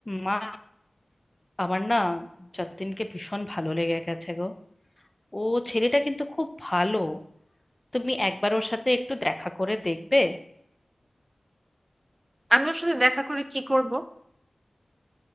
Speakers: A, on the left (about 20°); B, on the right (about 30°).
A: মা আমার না যতীনকে ভীষণ ভালো লেগে গেছে গো ও ছেলেটা কিন্তু খুব ভালো তুমি একবার ওর সাথে একটু দেখা করে দেখবে
B: আমি ওর সাথে দেখা করে কি করব